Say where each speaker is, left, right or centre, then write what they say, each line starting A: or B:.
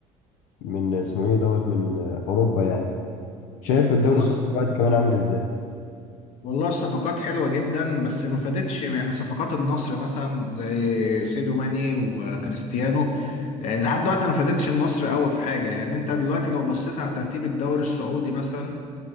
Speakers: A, on the left (about 75°); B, on the left (about 60°).
A: من اسمه إيه دوت من آه، أوروبا يعني شايف الدوري
B: والله
A: السعودي دلوقتي كمان عامل ازاي
B: والله الصفقات حلوة جدا بس ما فادتش يعني صفقات النصر مثلا زي سيدو ماني وكريستيانو آه، لحد دلوقتي ما فادتش النصر قوي في حاجة يعني انت دلوقتي لو بصيت على ترتيب الدوري السعودي مثلا